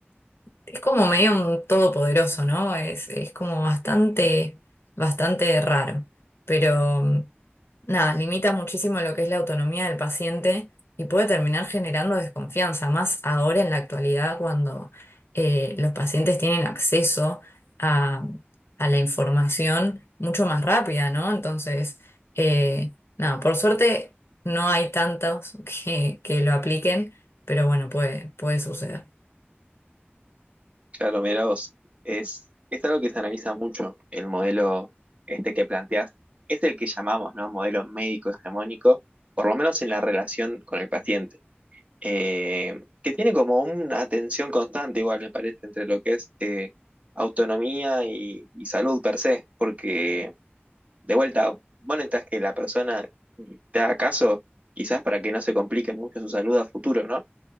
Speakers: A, on the left (about 75°); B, on the right (about 30°).
A: es como medio un todopoderoso, ¿no? Es, es como bastante, bastante raro. Pero mm, nada, limita muchísimo lo que es la autonomía del paciente y puede terminar generando desconfianza, más ahora en la actualidad cuando eh, los pacientes tienen acceso a, a la información mucho más rápida, ¿no? Entonces, eh, nada, por suerte no hay tantos que, que lo apliquen, pero bueno, puede, puede suceder.
B: Claro, mira vos, es, es algo que se analiza mucho, el modelo este que planteás, es el que llamamos, ¿no? Modelo médico hegemónico, por lo menos en la relación con el paciente, Eh, que tiene como una tensión constante, igual me parece, entre lo que es eh, autonomía y, y salud per se, porque de vuelta, vos necesitas que la persona te haga caso, quizás para que no se complique mucho su salud a futuro, ¿no?